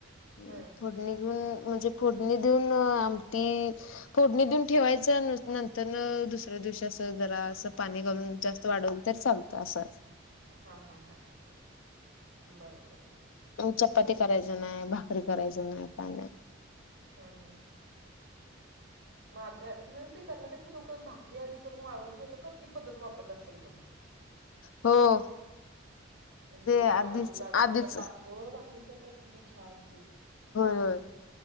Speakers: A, on the left; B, on the right.
A: <inaudible>
B: हं.
A: म्हणजे फोडणी देऊन आमटी फोडणी देऊन ठेवायच नंतर न दुसर <inaudible> दिवशी अस जरा अस पाणी घालून जास्त वाढवल तरी चालतं असं-
B: हां, हां, हां, हां, हां. बरोबर
A: चपाती करायच नाही भाकरी करायच नाही का नाही-
B: हं, माधल <inaudible> कर्नाटकी लोक भाकरी आदी करून वाळवून ठेवतात ना ती पद्धत वापरत असेतील मग
A: हो-
B: म्हणजे ते
A: आधीच
B: ज्वारी बाजरीच्या
A: आधीच
B: पातळ भाकरी करतात किती छान ते-
A: हा-